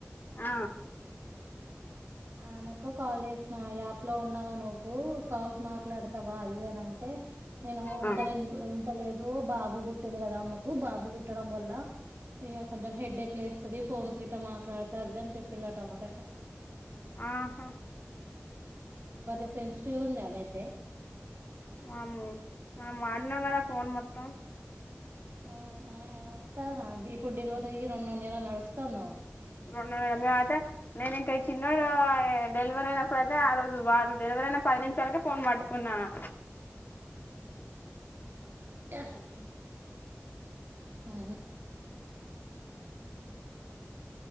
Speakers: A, on the left; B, on the right.
A: ఆ
B: ఆమెకు కాల్ జేసిన యాప్ లో ఉన్నావా నువ్వు కాల్స్ మాట్లాడతావా అది దని అం అంటే నేను ఉంటరు
A: ఆ
B: ఉం పుట్టలేదు బాబు పుట్టింది కదా అమ్మకు బాబు పుట్టడం వల్ల ఇక కొంచెం హెడ్డేక్ లేస్తుంది ఫోన్స్ గిట్ట మాట్లాడితే అజంని చెప్పిలాట అమ్మ గట
A: ఆహా
B: బలే సెన్సటివ్ ఉంది ఆమైతే
A: మాము మాము వాడినాం కదా ఫోన్ మొత్తం
B: ఆ అ ఇప్పుడు డెలివరీ అయ్యి రెండో నెల నడుస్తుంది ఆమె కు
A: రెండుందలలమే అయితే నేను ఇంకా ఈ చిన్నోడు డెలివరీ అయినప్పుడుయితే ఆ రోజు వాారు డెలివరీ అయిన పది నిమిషాలకే ఫోన్ పట్టుకున్నాను
B: ఎ సప్తాం ఆ